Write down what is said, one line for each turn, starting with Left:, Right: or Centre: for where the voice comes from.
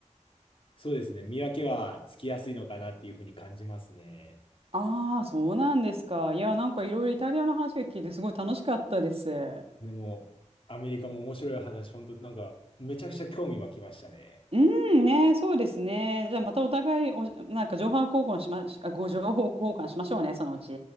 Left: そうですね、見分けはつきやすいのかなっていうふうに感じますね。
Right: ああ、そうなんですか。いや、なんかいろいろイタリアの話を聞いて、すごい楽しかったです。
Left: でも、アメリカも面白い話、本当なんか、めちゃくちゃ興味湧きましたね。
Right: うんね、そうですね。じゃあまたお互いお、なんか情報交換しまし、あ、ご情報交換しましょうね、そのうち。